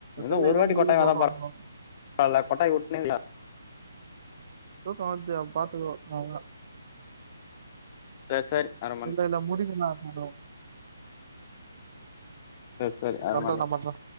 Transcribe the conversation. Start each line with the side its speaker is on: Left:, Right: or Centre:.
Left: எதோ
Right: சைடுல
Left: ஒரு
Right: ஏதோ
Left: வாட்டி
Right: முடியுதுன்னு
Left: கொட்டாய் வந்தா
Right: சொல்றானுங்கோ
Left: பரவால்ல கொட்டாய் உட்னே இருக்க
Right: தூக்கோ வருது அப்ப பாத்துக்குவோ அவ்ளோதா
Left: செரி செரி அங்கப்
Right: இல்ல இல்ல முடிங்கா நா வரோம்
Left: சரி சரி அர
Right: பண்றே
Left: மண்
Right: நா பண்றே